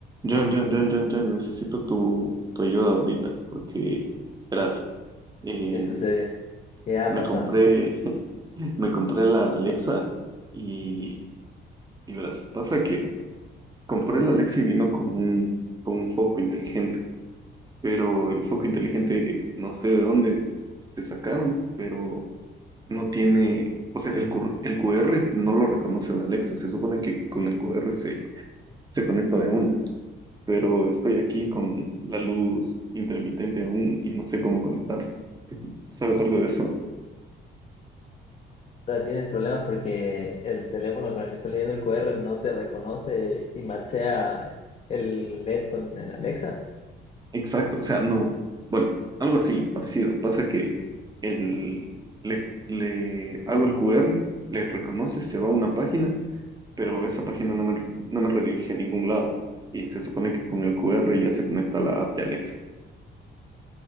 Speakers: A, on the right; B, on the left.
A: John, John, John, John, John, necesito tu, tu ayuda ahorita porque, verás, eh,
B: ¿Qué sucedió? ¿Qué ha
A: me
B: pasado?
A: compré, <laughs> me compré la Alexa y, y verás, pasa que compré la Alexa y vino con un, con un foco inteligente, pero el foco inteligente no sé de dónde se sacaron, pero no tiene, o sea, el, cur- el QR no lo reconoce la Alexa, se supone que con el QR se, se conecta de una. pero estoy aquí con la luz intermitente aún y no sé cómo conectarla. ¿Sabes algo de eso?
B: O sea, tienes problemas porque el teléfono con el que estás leyendo el QR no te reconoce y machea el LED con el Alexa.
A: Exacto, o sea, no, bueno, algo así, parecido. Pasa que el, le, le hago el QR, le reconoce, se va a una página, pero esa página no me, no me redirige a ningún lado. Y se supone que con el QR ya se conecta a la app de Alexa.